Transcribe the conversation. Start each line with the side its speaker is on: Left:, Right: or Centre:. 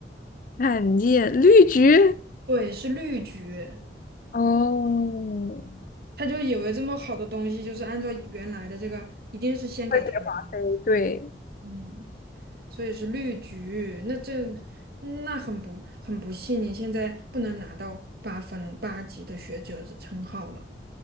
Left: 罕见绿菊，
Right: 对，是绿菊，
Left: 哦。
Right: 他就以为这么好的东西就是按照原来的这个，一定是先给他的，
Left: 会飞华妃，对。
Right: 嗯，所以是绿菊，那这那很不很不幸，你现在不能拿到八分八级的学者的称号了，